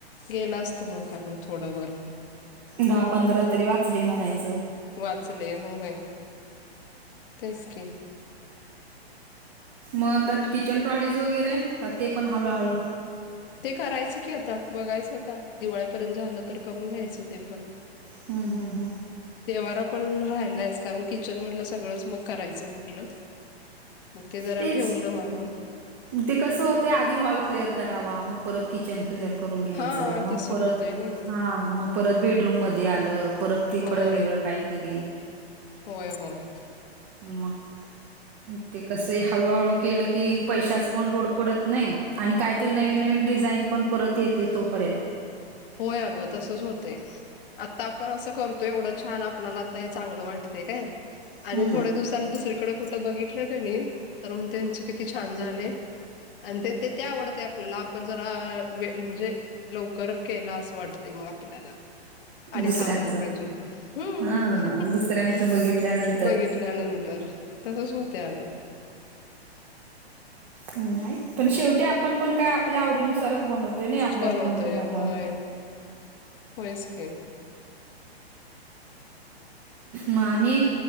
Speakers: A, on the left (about 55°); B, on the right (about 40°).
A: गेल असत मग आणि थोडं वर.
B: दहा पंधरा तरी वाचले म्हणायच
A: वाचले होय तेच की
B: मग तर किचन ट्रॉलीज वगैरे का ते पण हळूहळू?
A: ते करायचं की आता बघायचं आता दिवाळीपर्यंत झालं तर करून घ्यायचं ते पण.
B: ह ह ह.
A: देवारा पण रायलायचं कारण किचन म्हटलं सगळंच मग करायचं म्हटलं. मग ते जरा
B: तेच
A: ठेवल माग.
B: ते कसं होतेय, आधी हॉल क्लिअर करावा मग परत किचन क्लिअर करून घ्यायच
A: हा
B: मग
A: तसं
B: परत
A: होतंय नाही
B: हा हा मग परत बेडरूम मध्ये आलं, परत तिकडं
A: होय
B: वेगळं काहीतरी.
A: होय होय.
B: मग ते कस हळूहळू केलं की, पैशाच पण लोड पडत नाही. आणि काहीतरी
A: हम्म
B: नवीन नवीन डिझाईन पण परत येते तोपर्यंत.
A: होय, अगं तसच होतय. आता आपण असं करतोय, एवढं छान आपल्याला आता हे चांगलं वाटते काय. आणि
B: हम्म
A: थोड्या दिवसांनी दुसरीकडे कुठं बघितलं कनय तर, मग त्यांच किती छान झालय. आणि ते ते त्या आवडते आपल्याला आपण जरा वेळ म्हणजे लवकर केला असं वाटते, मग आपल्याला. आणि
B: दुसऱ्यांचं
A: थांबायला पाहिजे होत, ह
B: हा दुसऱ्यांचं बघितल्यानंतर
A: बघितल्या नंतर तर तसचं होतयं अगं.
B: नाही, पण शेवटी आपण पण काय आपल्या आवडी नुसारच बनवतो. नाही आपल्या
A: बनवतोय
B: पण घरामध्ये
A: होय
B: ते.
A: होयच की.
B: म आणि